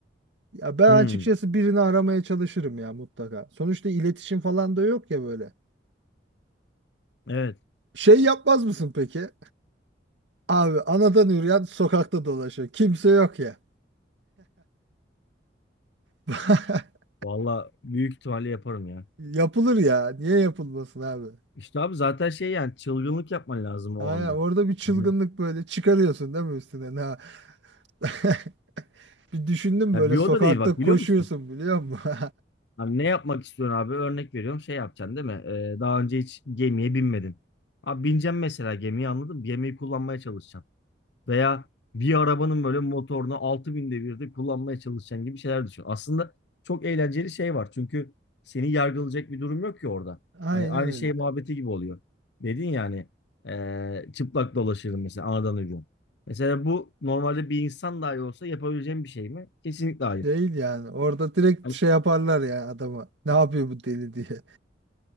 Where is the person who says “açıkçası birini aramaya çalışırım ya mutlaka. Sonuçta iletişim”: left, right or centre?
Right